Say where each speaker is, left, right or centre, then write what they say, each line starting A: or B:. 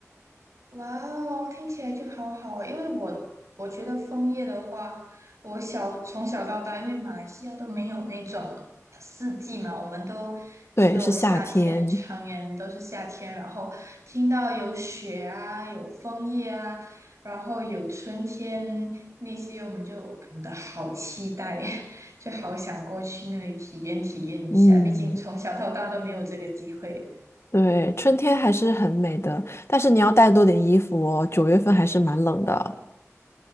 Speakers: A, on the right (about 70°); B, on the left (about 55°).
A: 哇哦，听起来就好好哦，因为我我觉得枫叶的话，我小从小到大，因为马来西亚都没有那种四季嘛，我们都只有夏天，
B: 对，是夏天。
A: 常年都是夏天。然后听到有雪啊，有枫叶啊，然后有春天那些，我们就感到好期待，<laughs> 就好想过去那里体验体验一下。
B: 嗯，
A: 毕竟从小到大都没有这个机会。
B: 对，春天还是很美的，但是你要带多点衣服哦，九月份还是蛮冷的。